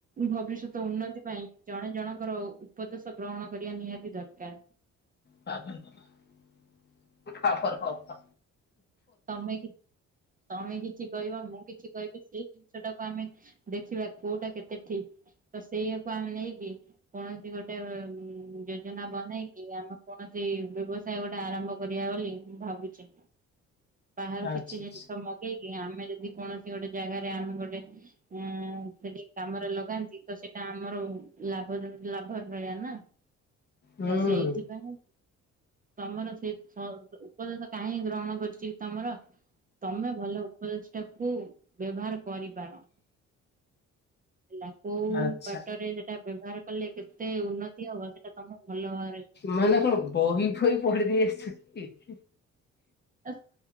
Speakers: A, on the right; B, on the left.
A: ଭବିଷ୍ୟତ ଉନ୍ନତି ପାଇଁ ଜଣେ ଜଣଙ୍କର ଉପଦେଶ ଗ୍ରହଣ କରିବା ନିହାତି ଦର କା
B: ତାପରେ <inaudible> ତାପର ହବା।
A: ତୋମେ ଟି ତମେ କିଛି କହିବ, ମୁଁ କିଛି କହିବି, ସେଇ ଜିନିଷ ଟାକୁ ଆମେ ଦେଖିବା କୋଉଟା କେତେ ଠିକ। ତ ସେଇଆକୁ ଆମେ ନେଇକି କୌଣସି ଗୋଟେ ଅ, ଉଁ, ଯୋଜନା ବନେଇକି ଆମେ କୌଣସି ବ୍ୟବସ ସାୟ ଗୋଟେ ଆରମ୍ଭ କରିବା ବୋଲି ମୁଁ ଭାବୁଚି। ବାହାରୁ
B: ଆଚ୍ଛା
A: କିଛି
B: ଆଚ୍ଛା
A: ଜିନିଷ ମଗେଇକି ଆମେ ଯଦି କୌଣସି ଗୋଟେ ଜାଗାରେ, ଆମେ ଗୋଟେ ଆଁ, ସେଠି କାମରେ ଲଗାନ୍ତି ତ ସେଟା ଆମର ଲାଭ <unintelligible> ଲାଭ ରେ ରହିବା ନା।
B: ହୁଁ
A: ତ ସେଇଥିପାଇଁ ତୋମର ସେ ସ-ଉପଦେଶ କାହିଁ ଗ୍ରହଣ କରଚି। ତୋମର ତୋମେ ଭଲ ଉପଦେଷଟାକୁ ବ୍ୟବହାର କରିପାର। ପିଲା କୋଉ
B: ଆଚ୍ଛା
A: ବାଟରେ ସେଟା ବ୍ୟବହାର କଲେ କେତେ ଉନ୍ନତି ହବ ସେଟା ତୋମ ଭଲ ଭା
B: ମାନେ କଣ ବହି ଫହି ପଢି ଦେଇ ଆସଛ କି?
A: ଏସ୍